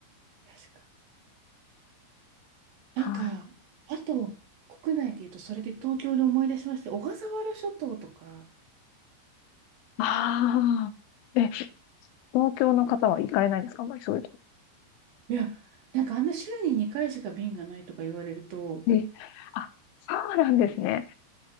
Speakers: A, on the right; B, on the left.
A: 確かに。
B: はい
A: なんか、あと、国内で言うと、それで東京で思い出しまして、小笠原諸島とか、
B: ああ、え、東京の方は行かれないんですかあんまりそういうと。
A: いや、なんかあんな週に2回しか便がないとか言われると、
B: え、あ、そうなんですね。